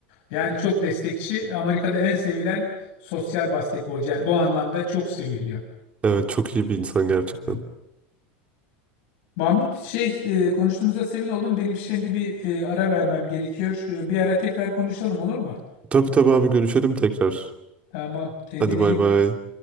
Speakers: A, on the left; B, on the right.
A: Yani çok destekçi. Amerika'da en sevilen sosyal basketbolcu. Yani bu anlamda çok seviliyor.
B: Evet çok iyi bir insan gerçekten.
A: Hı. Mahmut şey e, konuştuğumuza sevin oldum. Benim şimdi bir e, ara vermem gerekiyor. E, Bir ara tekrar konuşalım olur mu?
B: Tabii tabii abi görüşelim tekrar.
A: Tamam. Kendine
B: Hadi bay
A: iyi
B: bay.
A: bak.